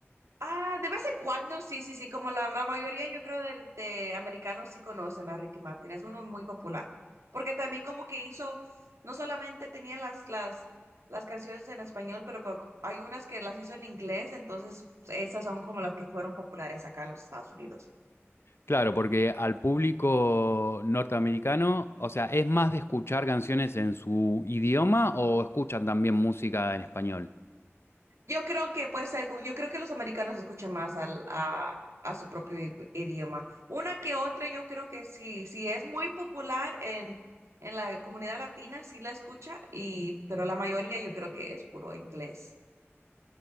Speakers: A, on the right; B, on the left.
A: Ah, de vez en cuando, sí, sí, sí, como la, ma- mayoría yo creo de, de americanos sí conocen a Ricky Martin, es uno muy popular, porque también como que hizo, no solamente tenía las, las, las canciones en español, pero, por- hay unas que las hizo en inglés, entonces esas son como las que fueron populares acá en los Estados Unidos.
B: Claro, porque al público norteamericano, o sea, ¿es más de escuchar canciones en su idioma o escuchan también música en español?
A: Yo creo que, pues, según yo creo que los americanos escuchan más al, a, a su propio i- idioma. Una que otra, yo creo que sí, sí es muy popular en, en la comunidad latina, sí la escucha, y, pero la mayoría yo creo que es puro inglés.